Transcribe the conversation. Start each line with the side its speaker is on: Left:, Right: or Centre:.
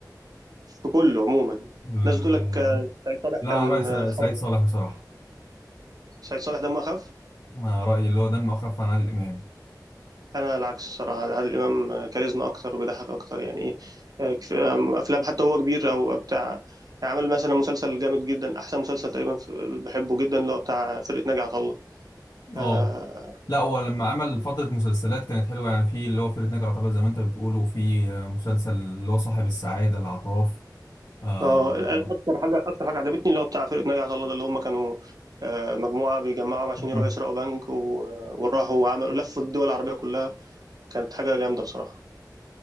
Right: في كله عموما
Left: ال-
Right: الناس بتقول لك آه، سعيد صالح
Left: لا
Right: كان
Left: أنا رأيي س-
Right: آه، حب
Left: سعيد صالح بصراحة
Right: سعيد صالح دمه أخف
Left: أنا رأيي اللي هو دمه أخف عن عادل إمام
Right: أنا العكس الصراحة عادل إمام آه، كاريزما أكتر وبيضحك أكتر يعني إيه آه، كف- آه، أفلام حتى هو كبير أو بتاع عمل مثلا مسلسل جامد جدا أحسن مسلسل تقريبا في- بحبه جدا اللي هو بتاع فرقة ناجي عطا الله
Left: أه
Right: آه،
Left: لا هو لما عمل فترة مسلسلات كانت حلوة يعني في اللي هو فرقة ناجي عطا الله زي ما أنت بتقول وفي آه، مسلسل اللي هو صاحب السعادة العراف آه.
Right: اه اكتر حاجه اكتر حاجه عجبتني اللي هو بتاع فرقه ناجي عطا الله ده اللي هم كانوا آه، مجموعه بيجمعهم عشان
Left: مم.
Right: يروحوا يسرقوا بنك و- وراحوا وعملوا لفوا الدول العربيه كلها كانت حاجه جامده بصراحه